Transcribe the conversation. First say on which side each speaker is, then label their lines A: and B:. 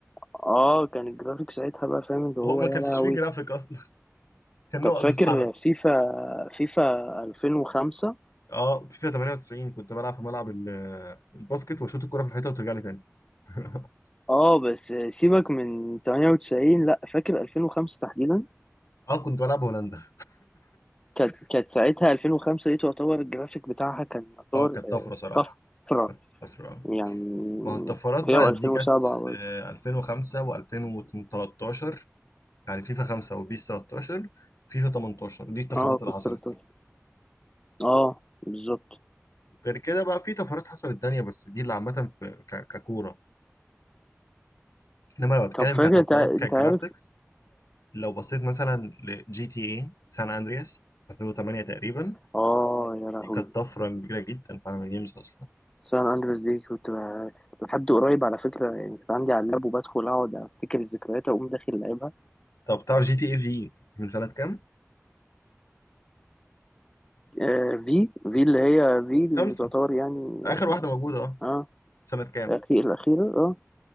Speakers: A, on the left (about 15°); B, on the left (about 85°).
A: اه كان الجرافيك ساعتها بقى فاهم اللي
B: وهو
A: هو
B: ما
A: يا
B: كانش
A: لهوي
B: فيه جرافيك اصلا كان
A: طب
B: نقط
A: فاكر
B: بتتحرك
A: فيفا فيفا 2005
B: اه فيفا 98 كنت بلعب في ملعب ال- الباسكت واشوط الكره في الحيطه وترجع لي تاني <laughs>
A: اه بس سيبك من 98 لا فاكر 2005 تحديدا
B: اه كنت بلعب هولندا
A: كانت كانت ساعتها 2005 دي تعتبر الجرافيك بتاعها كان يعتبر
B: اه كانت طفره صراحه
A: طفرة
B: كانت طفره
A: يعني
B: ما هو الطفرات
A: هي
B: بقى
A: و2007
B: دي جت
A: برضه
B: في 2005 و2013 يعني فيفا 5 وبيس 13 فيفا 18 دي الطفرات
A: اه
B: اللي
A: بيس
B: حصلت
A: 13 اه بالظبط
B: غير كده بقى في طفرات حصلت تانية بس دي اللي عامة في ك- ككورة انما لو اتكلم
A: طب فاكر
B: كطفرات
A: انت انت
B: كجرافيكس
A: عارف
B: لو بصيت مثلا لجي تي اي سان اندرياس 2008 تقريبا
A: اه يا لهوي
B: دي كانت طفرة كبيرة جدا في عالم الجيمز اصلا
A: سان اندرس دي كنت ب- لحد قريب على فكره يعني كنت عندي على اللاب وبدخل اقعد افتكر الذكريات اقوم داخل لعبها
B: طب تعرف جي تي اي في من سنة كام؟
A: آه في في اللي هي في اللي
B: خمسة
A: تعتبر يعني
B: اخر واحدة موجودة اه
A: اه
B: سنة كام؟
A: الاخير الاخيره اه